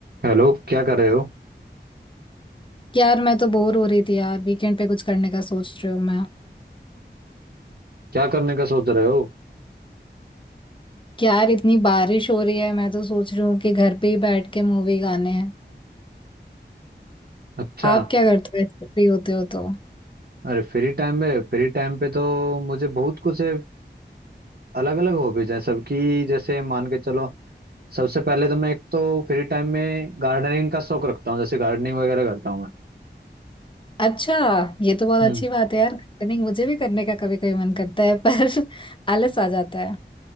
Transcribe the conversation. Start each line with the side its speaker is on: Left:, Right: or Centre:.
Right: Hello क्या कर रहे हो
Left: यार मैं तो बोर हो रही थी यार वीकेंड पे कुछ करने का सोच रही हूँ मैं
Right: क्या करने का सोच रहे हो
Left: यार इतनी बारिश हो रही है मैं तो सोच रही हूँ कि घर पे ही बैठ के मूवी गाने हैं
Right: अच्छा
Left: आप क्या करते हो ऐसे फ्री होते हो तो
Right: अरे फ्री टाइम में फ्री टाइम पे तो मुझे बहुत कुछ है अलग अलग हॉबीज हैं सबकी जैसे मान के चलो सबसे पहले तो मैं एक तो फ्री टाइम में गार्डनिंग का शौक रखता हूँ जैसे गार्डनिंग वगैरह करता हूँ मैं
Left: अच्छा ये तो बहुत
Right: हम्म
Left: अच्छी बात है यार गार्डनिंग मुझे भी करने का कभी कभी मन करता है पर <laughs> आलस आ जाता है